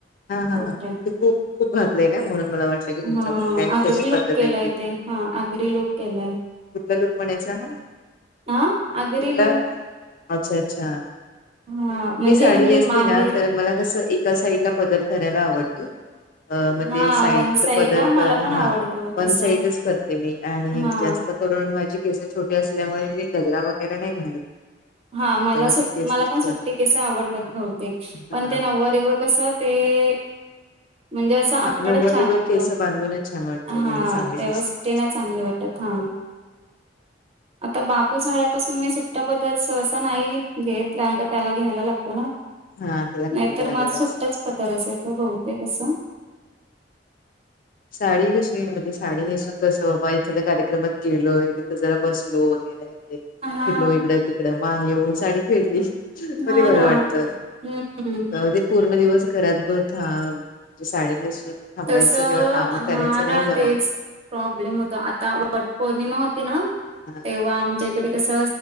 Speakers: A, on the left; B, on the right.
A: हा हा
B: ओके.
A: हा ते खूप खूप घातलंय ना म्हणून मला वाटलं की तुमच्यामध्येय
B: हा आगरी
A: कशी
B: लूक
A: पद्धत
B: केलाय
A: हाय.
B: ते हा आगरी लूक केलाय.
A: कुठला लुक म्हनायचा हा?
B: ह अगरी
A: कुठला
B: लूक.
A: अच्छा अच्छा!
B: हा म्हणजे
A: मी साडी नेसते
B: माहेर
A: ना तर मला जस एका साइड ला पदर धरायला आवडतो. अ मग
B: हा
A: ते साईड
B: वन
A: पदर
B: ना
A: कर
B: मला पण
A: हा
B: आवडतो
A: वन
B: तसा.
A: साईडच करते मी आणि
B: हा
A: जास्त करून माझी केसे छोटी असल्यामुळे मी गजरा वगैरे नाही घालत.
B: हा मला
A: तेव्हा
B: सुट
A: ते केसच
B: मला पण सुट्टी केस आवडतात बहुतेक
A: हा
B: पण ते नववारीव कस ते म्हणजे असं आंबडच
A: नऊवारी
B: छान वाटत
A: केस बांधूनच छान वाटतात
B: हा
A: आणि चांगले
B: तेव्हाच
A: दिसतात
B: च वाट हा आता बापू झाल्यापासून मी सुट सहसा नाही घेत कारण की त्याला घ्यायला लागत. पण
A: हा त्याला घ्यावं
B: नाहीतर
A: लागत
B: माझा सुट्टाच
A: असेल
B: पदार असायचा बहुतेक अससं.
A: साडी कशी म्हणजे साडी नेसून कसं बाबा एखाद्या कार्यक्रमात गेलोय तिथं जरा बस लो वगैरे य
B: हा
A: फि लो इकडं तिकड मा येऊन साडी फेडली मध्ये
B: हा
A: बरं
B: ना
A: वाटत
B: हम्म
A: म्हणज पूर्ण दिवस घरात बते साडी नेसून थांबायचं
B: तस हा
A: किंवा काम करायचं नाही
B: ना
A: जमत
B: तेच प्रॉब्लेम होत आता व पौर्णिमा होती ना
A: हा
B: आमच्याकडे कस